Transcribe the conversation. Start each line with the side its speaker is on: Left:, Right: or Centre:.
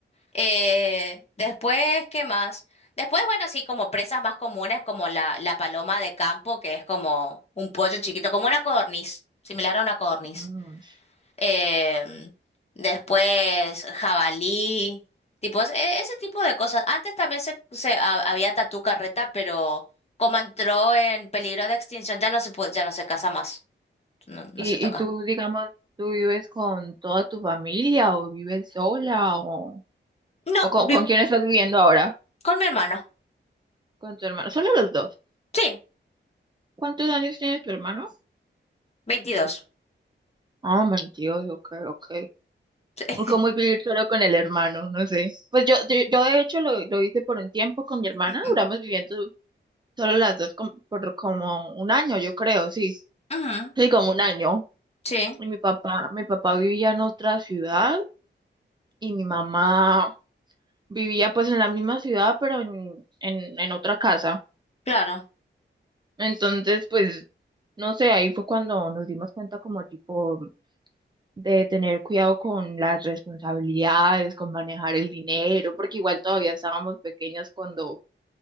Left: Eh, después, ¿qué más? Después, bueno, sí, como presas más comunes, como la, la paloma de campo, que es como un pollo chiquito, como una codorniz, similar a una codorniz.
Right: Mm.
Left: em, después jabalí, tipo es- e- ese tipo de cosas. Antes también se, se ha- había tatú carreta, pero como entró en peligro de extinción, ya no se puede, ya no se casa más, no, no
Right: ¿Y,
Left: se toca.
Right: y tú, digamos, tú vives con toda tu familia o vives sola o,
Left: No,
Right: o con,
Left: vi-
Right: con quién estás viviendo ahora?
Left: con mi hermano,
Right: Con tu hermano. Solo los dos.
Left: sí,
Right: ¿Cuántos años tiene tu hermano?
Left: veintidós
Right: Ah, 22, ok, ok.
Left: Sí,
Right: ¿Cómo es vivir solo con el hermano? No sé. Pues yo, yo, yo de hecho lo, lo hice por un tiempo con mi hermana,
Left: <coughs>
Right: duramos
Left: <laughs>
Right: viviendo solo las dos com- por como un año, yo creo, sí.
Left: Ujú,
Right: Sí, como un año.
Left: sí,
Right: Y mi papá, mi papá vivía en otra ciudad y mi mamá vivía pues en la misma ciudad, pero en, en, en otra casa.
Left: claro,
Right: Entonces, pues, no sé, ahí fue cuando nos dimos cuenta como tipo de tener cuidado con las responsabilidades, con manejar el dinero, porque igual todavía estábamos pequeñas cuando,